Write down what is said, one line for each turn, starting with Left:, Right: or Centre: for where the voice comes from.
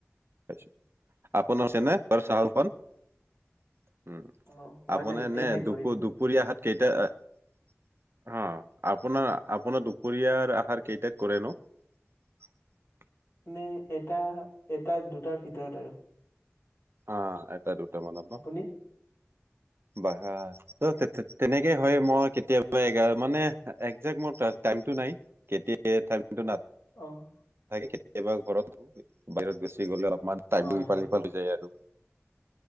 Right: <unintelligible> আপোনাৰ চনে বৰ চাহ <unintelligible> উম
Left: অ' হোৱা
Right: আপোনাৰ
Left: নাই এতিয়াহে
Right: নে দুপ-দুপৰীয়া
Left: কৰিম।
Right: হাত কেইটা <unintelligible> অ আপোনাৰ-আপোনাৰ দুপৰীয়াৰ আহাৰ কেইটাক কৰে নো <unintelligible> <inaudible>
Left: নে এটা-এটা দুটাৰ ভিতৰত আৰু <unintelligible>
Right: অ এটা দুটা মানত ন <unintelligible>
Left: আপুনি?
Right: বাহ ত তেনেকে হয় মই কেতিয়াবা এগাৰ মানে একজে্ট মোৰ ত <unintelligible> টাইমটো নাই কেতিয়া টাইমটো ন <unintelligible>
Left: আহ <unintelligible>
Right: কেতিয়াবা ঘৰত বাহিৰত গেছি গ'লে অলপমান টাইমটো
Left: হয়
Right: ইফাল
Left: হয়।
Right: সিফাল হৈ যায় আৰু <unintelligible>